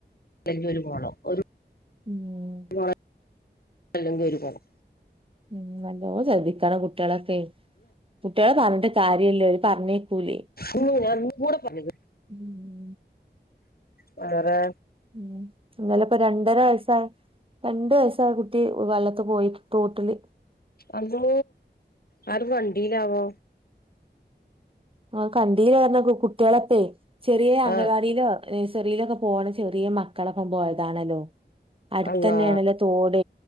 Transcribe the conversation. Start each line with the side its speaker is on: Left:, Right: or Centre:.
Left: <unintelligible> അല്ലെങ്കി ഒര് മോനോ <unintelligible>
Right: ഉം
Left: അല്ലങ്കി ഒര് കോപം.
Right: ഉം നല്ലോ ശ്രദ്ധിക്കണം കുട്ട്യാളൊക്കെ കുട്ടികളെ പറഞ്ഞിട്ട്. കാര്യല്ല ഓര് പറഞ്ഞേക്കൂലേ.
Left: ഇയ്യോ ഞങ്ങക്കൂടെ പറഞ്ഞുതരും.
Right: ഉം
Left: വേറെ.
Right: ഉം ഇന്നല് പ്പോ രണ്ടര വയസ്സായ. രണ്ട് വയസ്സായ കുട്ടി വെള്ളത്ത്‌ പോയി തോട്ടില്.
Left: അള്ളോ ആരും കണ്ടീലാവോ.
Right: ആഹ് കണ്ടീലപറഞ്ഞ കുട്ടിയാളോക്കെ ചെറിയ അംഗൻവാടിയിലോ.
Left: ആഹ്
Right: നഴ്സെറിയിലൊക്കെ പോണ ചെറിയ മക്കളൊപ്പം പോയതാണല്ലോ. അട്ത്തന്നെആണല്ലോ
Left: അള്ളാ
Right: തോട്